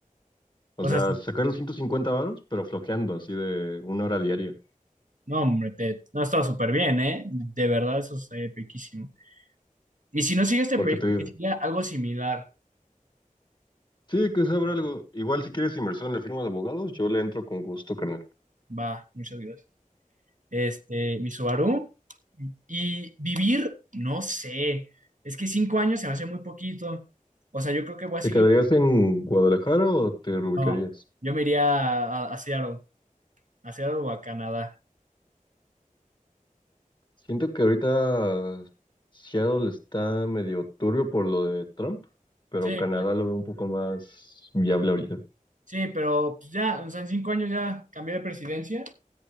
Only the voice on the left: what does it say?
O
sea,
sacar los 150 varos, pero flojeando, así de una hora diaria.
Porque
te digo,
sí, que sabrá algo. Igual si quieres inversión en la firma de abogados, yo le entro con gusto, carnal.
¿Te
quedarías en Guadalajara o te reubicarías?
Siento que ahorita Seattle está medio turbio por lo de Trump, pero
Canadá
lo veo un poco más viable ahorita.